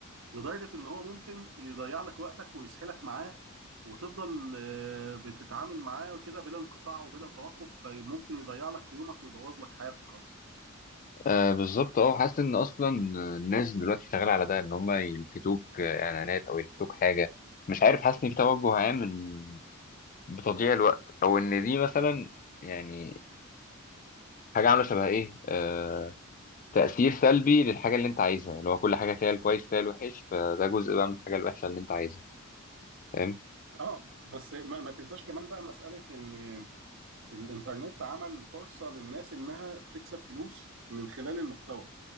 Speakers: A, on the right (about 60°); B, on the left (about 40°).
A: لدرجه ان هو ممكن يضيع لك وقتك ويسحلك معاه وتفضل آه، بتتعامل معاه كده بلا انقطاع وبلا توقف فممكن يضيع لك يومك ويبوظ لك حياتك خالص
B: آه بالظبط اه حاسس ان اصلا الناس دلوقتي شغاله على ده ان هم يلفتوك آه، اعلانات او يلفتوك حاجه مش عارف حاسس ان في توجه عام من بتضييع الوقت او ان دي مثلا يعني حاجه عامله شبه ايه آه تاثير سلبي للحاجه اللي انت عايزها اللي هو كل حاجه فيها الكويس فيها الوحش فده جزء بقى من الحاجه الوحشه اللي انت عايزها فاهم
A: اه بس ما, ما تنساش كمان بقى مساله ان الانترنت عمل فرصة للناس انها تكسب فلوس من خلال المحتوى